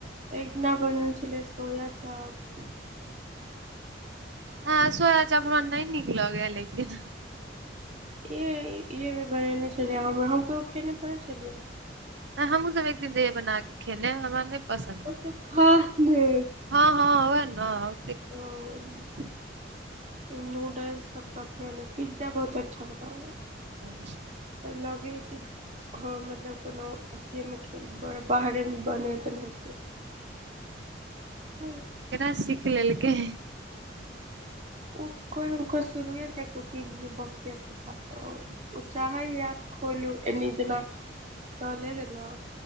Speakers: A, on the right; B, on the right.
A: एक दिना बनल छलै सोया चाप
B: हां सोया चाप हमरा नै नीक लगै यै लेकिन
A: यै ई भी बनेनै छलय जे हमरा हम कहियो खेने थोड़े छलियै।
B: हां हम्हूँ सब एक दिन रहियै बना के खेने हमरा नै पसन्द परल,
A: ओते खास नहि
B: हां-हां वैह नै
A: हां। नूडल्स सब तते ने, पिज्जा बहुत अच्छा बनाबै ये।
B: <inaudible>
A: लगे ही की। ह मतलब कोनो अथी मे खी, बाहरेमे बने तेन हेतय। <unintelligible>
B: केना सीख लेलकै।
A: ओ कोय हुनका कोय शुरुये से कुकिंग मे बहुते उ चाहै ये, खोलू ऐनी जेना चलय हय न